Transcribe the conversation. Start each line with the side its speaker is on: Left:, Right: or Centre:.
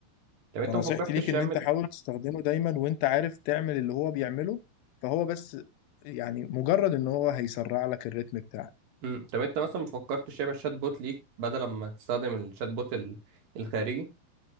Right: طب انت
Left: فنصيحتي
Right: ما فكرتش
Left: ليك ان
Right: تعمل
Left: انت حاول تستخدمه دايما وانت عارف تعمل اللي هو بيعمله فهو بس يعني مجرد ان هو هيسرع لك الريتم بتاعك
Right: مم. طب انت مثلا ما فكرتش تعمل شات بوت ليك بدل ما تستخدم الشات بوت ال- الخارجي